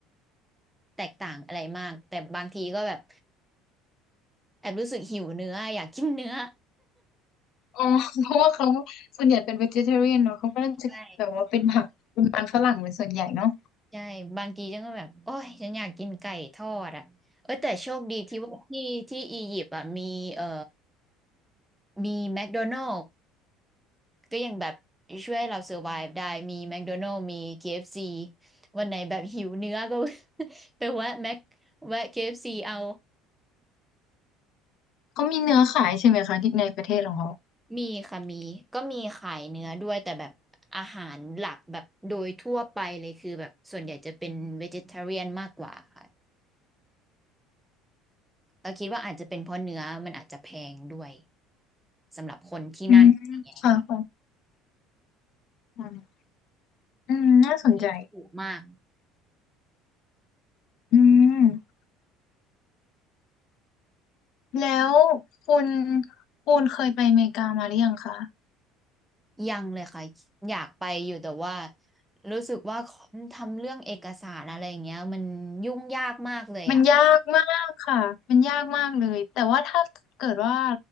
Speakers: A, in the centre; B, on the left (about 55°).
A: แตกต่างอะไรมากแต่บางทีก็แบบแอบรู้สึกหิวเนื้ออยากกินเนื้อ
B: อ๋อ <laughs> เพราะว่าเขาส่วนใหญ่เป็น vegetarian เนอะเขาก็จะแบบว่าเป็นผักเป็นมันฝรั่งเป็นส่วนใหญ่เนาะ
A: ใช่ใช่บางทีฉันก็แบบโอ้ยฉันอยากกินไก่ทอดอ่ะเออแต่โชคดีที่ว่าที่ที่อียิปต์อ่ะมีเอ่อมีแมคโดนัล s ก็ยังแบบช่วยให้เราเซอร์ไ v e ได้มีแมคโดนัล s มี KFC วันไหนแบบหิวเนื้อก็ <laughs> ไปแวะแมคแวะ KFC เอฟซีเอา
B: เขามีเนื้อขายใช่ไหมคะที่ในประเทศของเขา
A: มีค่ะมีก็มีขายเนื้อด้วยแต่แบบอาหารหลักแบบโดยทั่วไปเลยคือแบบส่วนใหญ่จะเป็น vegetarian มากกว่าค่ะ เราคิดว่าอาจจะเป็นเพราะเนื้อมันอาจจะแพงด้วยสำหรับคนที่นั่นอย่างเงี้ยค่ะ
B: อืมค่ะค่ะอืมอืมน่าสนใจ
A: คิดถูกมาก
B: อืมแล้วคุณคุณเคยไปอเมริกามาหรือยังคะ
A: ยังเลยค่ะอยากไปอยู่แต่ว่ารู้สึกว่าทำเรื่องเอกสารอะไรอย่างเงี้ยมันยุ่งยากมากเลยอ่ะ
B: มันยากมากค่ะ มันยากมากเลย แต่ว่าถ้าเกิดว่า